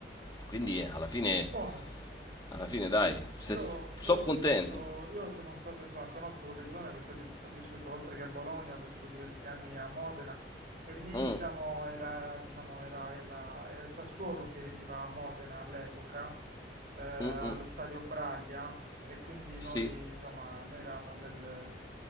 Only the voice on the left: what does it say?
quindi eh, alla fine
alla fine, dai, se,
so
contento.
Mm,
mm, mm,
sì.